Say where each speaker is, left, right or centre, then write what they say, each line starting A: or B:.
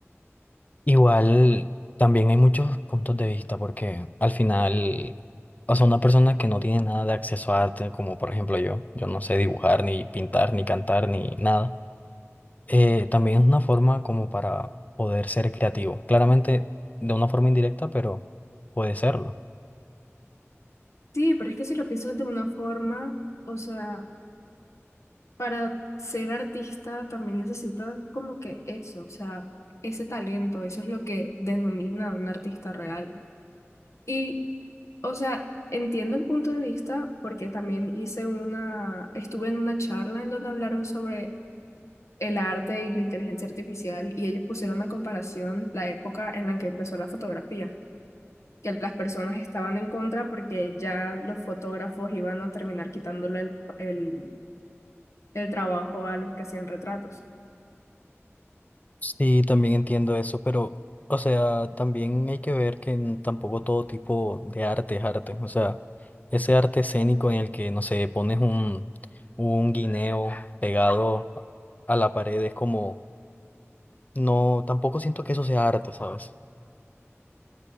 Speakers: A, on the left; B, on the left.
A: Igual, también hay muchos puntos de vista porque al final, o sea, una persona que no tiene nada de acceso a arte, como por ejemplo yo, yo no sé dibujar, ni pintar, ni cantar, ni nada. eh, también es una forma como para poder ser creativo. Claramente de una forma indirecta, pero puede serlo.
B: Sí, pero es que si lo piensas de una forma, o sea, para ser artista también necesitas como que eso, o sea, ese talento, eso es lo que denomina a un artista real. Y, o sea, entiendo el punto de vista porque también hice una, estuve en una charla en donde hablaron sobre el arte y la inteligencia artificial y ellos pusieron a comparación la época en la que empezó la fotografía, que las personas estaban en contra porque ya los fotógrafos iban a terminar quitándole el, el, el trabajo a los que hacían retratos.
A: Sí, también entiendo eso, pero, o sea, también hay que ver que n- tampoco todo tipo de arte es arte. O sea, ese arte escénico en el que, no sé, pones un, un guineo pegado a la pared es como, no, tampoco siento que eso sea arte, ¿sabes?